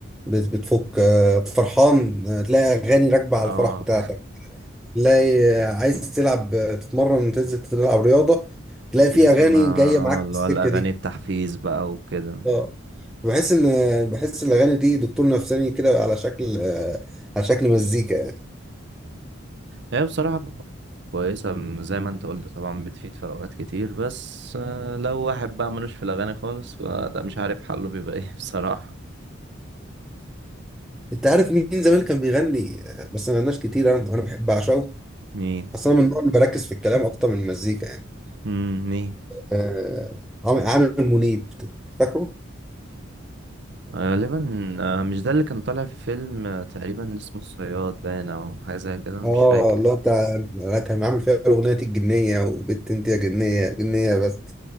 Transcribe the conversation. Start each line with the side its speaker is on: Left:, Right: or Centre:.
Centre: بت- بتفك آه، فرحان آه، تلاقي أغاني راكبة
Right: اه
Centre: على الفرح بتاعتك تلاقي آه، عايز تلعب آه، تتمرن تنزل تلعب رياضة
Right: <laughs>
Centre: تلاقي في
Right: تسمع
Centre: أغاني جاية معاك
Right: اللي
Centre: في السكة
Right: هو الاغاني
Centre: دي
Right: التحفيز بقى وكده
Centre: اه بحس إن بحس الأغاني دي دكتور نفساني كده على شكل آه، على شكل مزيكا
Right: هي بصراحة كويسة م- زي ما انت قلت طبعا بتفيد في أوقات كتير بس آه، لو واحد بقى ملوش في الأغاني خالص فده مش عارف حله بيبقى ايه <laughs> بصراحة
Centre: انت عارف مين زمان كان بيغني آه، بس ما غناش كتير انا انا بحب اعشقه
Right: مين
Centre: اصلا من النوع اللي بركز في الكلام اكتر من المزيكا يعني
Right: مم مين
Centre: آه عام- عامر منيب فاكره؟
Right: غالبا آه، مش ده اللي كان طالع في فيلم آه، تقريبا اسمه الصياد باين أو حاجة زي كده أنا
Centre: اه
Right: مش فاكر
Centre: الله بتاع آه، كان عامل فيها اغنيه الجنيه وبت انت يا جنيه جنيه بس